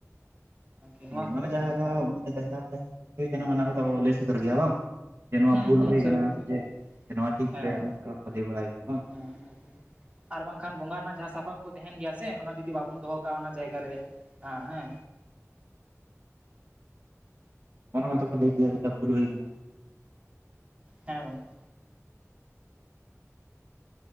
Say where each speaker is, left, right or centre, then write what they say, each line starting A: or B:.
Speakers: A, on the right; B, on the right.
A: ᱟᱨᱠᱤ ᱱᱚᱣᱟ
B: ᱦᱚᱸ
A: ᱠᱚ
B: ᱢᱟᱱᱮ
A: ᱠᱟᱛᱷᱟ
B: ᱡᱟᱦᱟᱸ ᱡᱟᱦᱟᱸ ᱵᱷᱩᱞ ᱦᱩᱭ ᱠᱟᱱᱟ ᱚᱱᱟ ᱠᱚᱠᱚ ᱞᱟᱹᱭ ᱥᱚᱫᱚᱨ ᱜᱮᱭᱟ ᱵᱟᱝ? ᱡᱮ ᱱᱚᱣᱟ
A: ᱦᱮᱸ
B: ᱵᱷᱩᱞ
A: ᱦᱮᱸ
B: ᱦᱩᱭ
A: ᱥᱟᱹᱨᱤ
B: ᱠᱟᱱᱟ
A: ᱩᱛᱟᱹᱨ ᱜᱮ
B: ᱡᱮ ᱱᱚᱣᱟ ᱴᱷᱤᱠ
A: ᱦᱮᱸ
B: ᱯᱮ ᱚᱱᱠᱟ ᱠᱟ ᱞᱟᱹᱭ ᱵᱟᱲᱟᱭ ᱜᱮᱭᱟ ᱵᱟᱝ᱾
A: ᱦᱮᱸ ᱟᱨᱠᱤ ᱟᱨ ᱵᱟᱝᱠᱷᱟᱱ ᱵᱚᱸᱜᱟ ᱨᱮᱱᱟᱜ ᱡᱟᱦᱟᱸ ᱥᱟᱯᱟᱵ ᱠᱚ ᱛᱟᱦᱮᱸᱱ ᱜᱮᱭᱟ ᱥᱮ ᱚᱱᱟ ᱡᱩᱫᱤ ᱵᱟᱵᱚᱱ ᱫᱚᱦᱚ ᱠᱟᱜᱼᱟ ᱚᱱᱟ ᱡᱟᱭᱜᱟ ᱨᱮ ᱦᱮᱸ,
B: ᱚᱱᱟ ᱦᱚᱸᱛᱚ ᱠᱚ ᱞᱟᱹᱭ ᱜᱮᱭᱟ ᱡᱮᱴᱟ ᱵᱷᱩᱞ ᱦᱩᱭ ᱠᱟᱱᱟ᱾
A: ᱦᱮᱸ ᱜᱚᱝᱠᱮ᱾